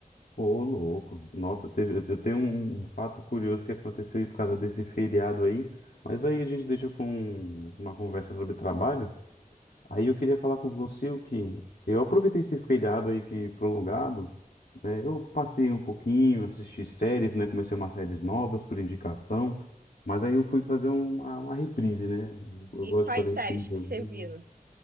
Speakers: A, on the left; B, on the right.
A: ô, louco. Nossa, teve, eu tenho um, um fato curioso que aconteceu aí por causa desse feriado aí, mas aí a gente deixa para uma conversa sobre trabalho. Aí eu queria falar com você o que eu aproveitei esse feriado aí que prolongado, né? Eu passei um pouquinho, assisti séries, né? Comecei umas séries novas por indicação, mas aí eu fui fazer um, uma, uma reprise, né? Eu
B: E
A: gosto
B: quais
A: de fazer
B: séries
A: reprise.
B: que
A: às
B: você
A: vezes.
B: viu?